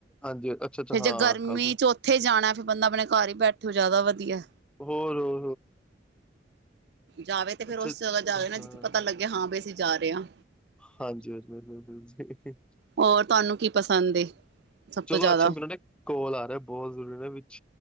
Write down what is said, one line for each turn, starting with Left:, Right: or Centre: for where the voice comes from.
Centre: ਹਾਂਜੀ ਅੱਛਾ, ਅੱਛਾ
Right: ਫੇਰ ਜੇ
Centre: ਹਾਂ
Right: ਗਰਮੀ
Centre: ਕੱਲ ਤੋਂ
Right: ਚੌਂ ਓਥੇ ਜਾਣਾ ਫੇਰ ਬੰਦਾ ਆਪਣੇ ਘਰ ਹੀ ਬੈਠੋ ਜਿਆਦਾ ਵਦੀਆ ਐ।
Centre: ਹੋਰ-ਹੋਰ
Right: ਜਾਵੇ ਤੇ ਫੇਰ
Centre: ਅੱਛਾ
Right: ਓਸ ਜਗ੍ਹਾ ਜਾਵੇ ਨਾ
Centre: ਹਾਂ।
Right: ਜਿੱਥੇ ਪਤਾ ਲੱਗੇ ਹਾਂ ਬਈ ਅਸੀਂ ਜਾ ਰਏ ਆਂ
Centre: ਹਾਂਜੀ ਹਾਂਜੀ ਹਾਂਜੀ।
Right: ਹੋਰ ਤੁਹਾਨੂੰ ਕੀ ਪਸੰਦ ਏ? ਸਭ
Centre: ਚਲੋ
Right: ਤੋਂ ਜ਼ਿਆਦਾ
Centre: ਅੱਛਾ ਮੇਰਾ ਨਾ ਇਕ ਕੋਲ ਆ ਰਿਆ ਬਹੋਤ ਜ਼ਰੂਰੀ ਨਾ ਵਿੱਚ